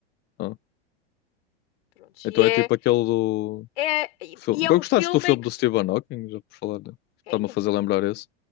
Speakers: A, on the left; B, on the left.
A: Ah.
B: Pronto.
A: Então
B: E é,
A: é tipo aquele do.
B: é, e
A: Fil-
B: e
A: Gostaste
B: é um filme
A: do filme
B: em que.
A: do Stephen Hawking? Já por falar, de- está-me
B: Quem?
A: a fazer lembrar esse.